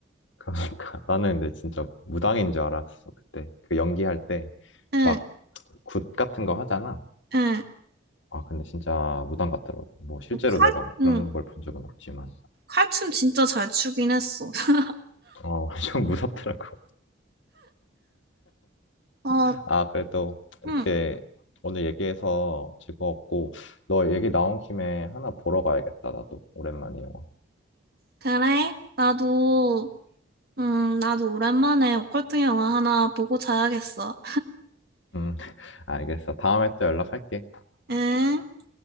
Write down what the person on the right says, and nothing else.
응,
응,
칼,
응,
칼춤 진짜 잘 추긴 했어. <laughs>
아,
응.
그래? 나도, 음, 나도 오랜만에 오컬트 영화 하나 보고 자야겠어.
응?